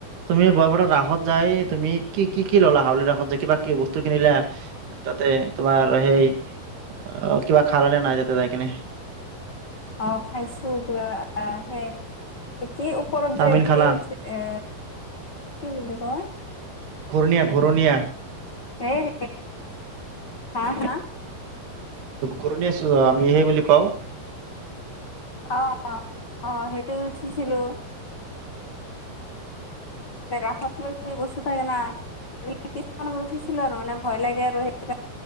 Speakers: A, on the right (about 85°); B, on the left (about 75°).
A: তুমি বৰপেটা ৰাসত যাই তুম কি কি ললা হাউলি ৰাসত যাই কিবা কি বস্তু কিনিলা তাতে তোমাৰ অ'সেই অ কিবা খাল নে নাই যাতে যাই কিনে?
B: অ খাইছো কা আহ সেই <unintelligible> এ কি ওপৰত
A: চাওমিন
B: যে
A: খালা
B: কি উঠে এ কি বুলি কয়
A: ঘুৰণীয়া ঘুৰণীয়া
B: হে হ হা হা <unintelligible>
A: গৰুণ আমি সেই বুলি কওঁ
B: অ', অ', সেইটো উঠিছিলো ৰাত বস্তি থাকে ন' <unintelligible> ব কিছুমান উঠিছিলো আৰু মানে ভয় লাগে আৰু সেইণে